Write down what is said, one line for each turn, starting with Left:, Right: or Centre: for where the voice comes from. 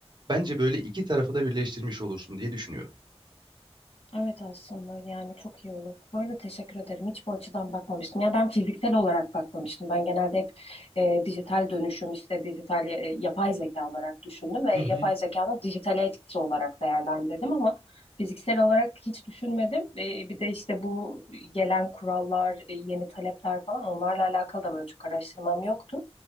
Right: bence böyle iki tarafı da birleştirmiş olursun diye düşünüyorum.
Left: Evet aslında yani çok iyi olur. Bu arada teşekkür ederim. Hiç bu açıdan bakmamıştım. Ya ben fiziksel olarak bakmamıştım. Ben genelde hep e, dijital dönüşüm işte dijital e, yapay zeka olarak düşündüm ve
Right: Hı hı.
Left: yapay zekanın dijitale etkisi olarak değerlendirdim ama fiziksel olarak hiç düşünmedim. E, bir de işte bu gelen kurallar, e, yeni talepler falan onlarla alakalı da böyle çok araştırmam yoktu.